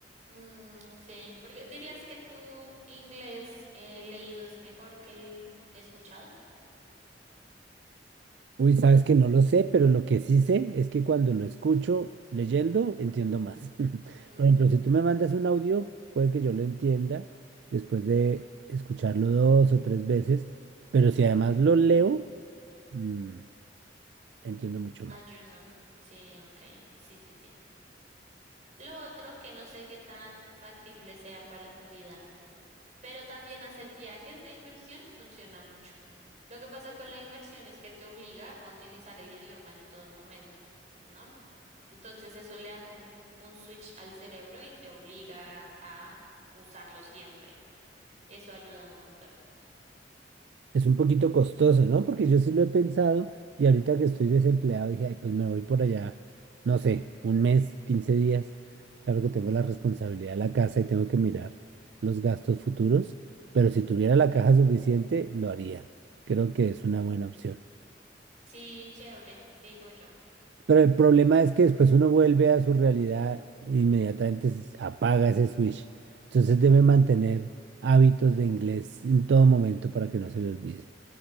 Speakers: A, on the right; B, on the right.
A: Mm, sí, porque dirías que tu inglés eh, leído es mejor que el escuchado.
B: Uy, sabes que no lo sé, pero lo que sí sé es que cuando lo escucho leyendo, entiendo más. <laughs>
A: Mm,
B: Por ejemplo, si tú me mandas un audio, puede que yo lo entienda después de escucharlo dos o tres veces, pero si además lo leo, mm, entiendo mucho
A: ayuda.
B: más.
A: Sí, ok. Sí, sí, sí. Lo otro que no sé qué tan factible sea para tu vida. pero también hacer viajes de inmersión funciona mucho. Lo que pasa con la inmersión es que te obliga a utilizar el idioma en todo momento, ¿no? Entonces eso le da como un switch al cerebro y te obliga a usarlo siempre. Eso ayuda un montón.
B: Es un poquito costoso, ¿no? Porque yo sí lo he pensado y ahorita que estoy desempleado dije, ay, pues me voy por allá, no sé, un mes, 15 días. Claro que tengo la responsabilidad de la casa y tengo que mirar los gastos futuros, pero si tuviera la caja suficiente, lo haría. Creo que es una buena opción.
A: Sí, chévere, digo yo.
B: Pero el problema es que después uno vuelve a su realidad e inmediatamente se apaga ese switch. Entonces debe mantener
A: Mm.
B: hábitos de inglés en todo momento para que no se le olvide.